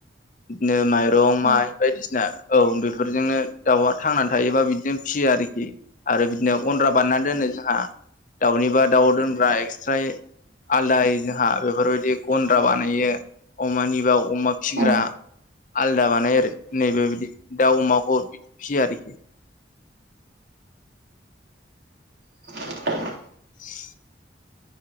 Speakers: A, on the left (about 45°); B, on the right (about 70°).
A: बिदिनो माइरं माइ
B: औ
A: बायदिसिना औ बेफोरजोंनो दाउआ थांनानै थायोबा बिदिनो फियो आरो आरो बिदिनो गन्द्रा बानायना दोनो जोहा दाउनिबा दाउ दोनग्रा एस्राहै आलदायै जोंहा बेफोरबायदि गन्द्रा बानायो अमानिबा अमा फिग्रा
B: औ
A: आलदा बानायो आरो नैबे बिदि दाउ अमाखौ फियो आरोखि
B: <unintelligible>
A: <unintelligible>